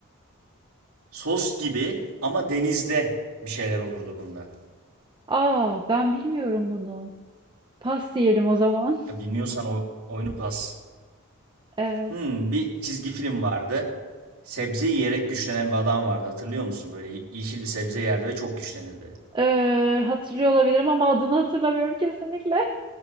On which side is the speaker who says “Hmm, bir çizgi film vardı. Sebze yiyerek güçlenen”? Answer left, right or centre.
Right